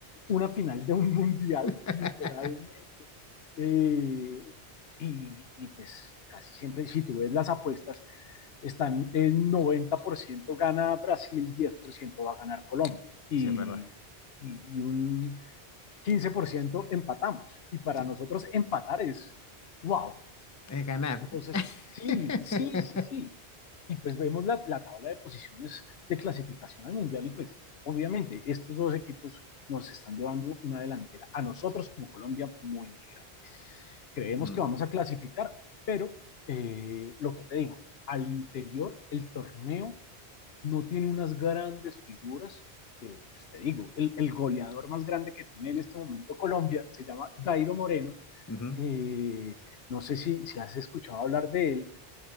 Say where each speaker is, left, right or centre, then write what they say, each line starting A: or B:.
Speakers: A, on the left; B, on the left.
A: una final de un <laughs> mundial,
B: <laughs>
A: literalmente. Eh, y, y pues casi siempre, si tú ves las apuestas, están en 90% gana Brasil, 10% va a ganar Colombia y,
B: Sí, es verdad.
A: y, y un 15% empatamos. Y para
B: Sí,
A: nosotros empatar es wow.
B: es ganar.
A: Entonces, sí,
B: <laughs>
A: sí, sí, sí. Y pues vemos la, la tabla de posiciones de clasificación al Mundial y pues obviamente estos dos equipos nos están llevando una delantera a nosotros como Colombia muy, muy grande. Creemos
B: Mm,
A: que vamos a clasificar, pero eh, lo que te digo, al interior el torneo no tiene unas grandes figuras. Eh, pues te digo, el, el, goleador más grande que tiene en este momento Colombia se llama Dairo Moreno.
B: ujú, ujú.
A: Eh, no sé si, si has escuchado hablar de él,